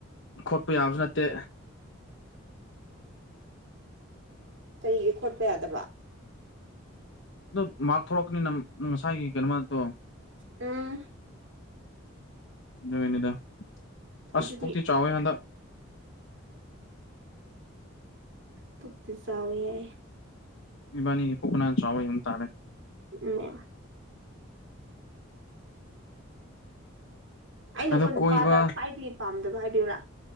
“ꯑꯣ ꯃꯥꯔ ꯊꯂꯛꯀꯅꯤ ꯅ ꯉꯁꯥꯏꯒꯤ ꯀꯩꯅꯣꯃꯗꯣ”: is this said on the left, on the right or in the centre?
Left